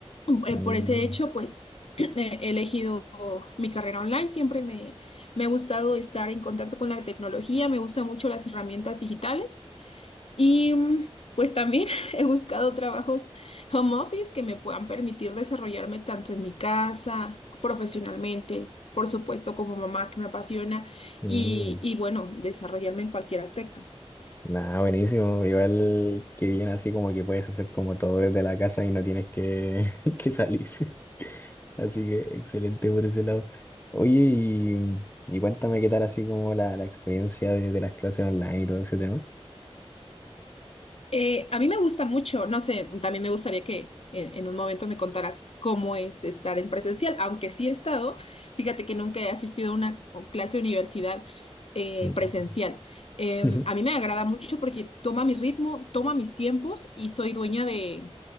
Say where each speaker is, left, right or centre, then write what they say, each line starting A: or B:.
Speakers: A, on the left; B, on the left.
A: Eh,
B: Mm,
A: por ese hecho, pues <clears throat> he elegido mi carrera online, siempre me, me ha gustado estar en contacto con la tecnología, me gustan mucho las herramientas digitales. Y mm, pues también <laughs> he buscado trabajos home office que me puedan permitir desarrollarme tanto en mi casa, profesionalmente, por supuesto como mamá que me apasiona
B: mm.
A: y, y bueno, desarrollarme en cualquier aspecto.
B: Nada, buenísimo. Igual que bien así como que puedes hacer como todo desde la casa y no tienes que, <laughs> que salir. <laughs> Así que excelente por ese lado. Oye, y, y cuéntame qué tal así como la, la experiencia de, de las clases online y todo ese tema.
A: Eh, a mí me gusta mucho, no sé, también me gustaría que en, en un momento me contaras cómo es estar en presencial, aunque sí he estado, fíjate que nunca he asistido a una o clase de universidad eh,
B: Mm.
A: presencial. Em,
B: <laughs>
A: a mí me agrada mucho porque toma mi ritmo, toma mis tiempos y soy dueña de,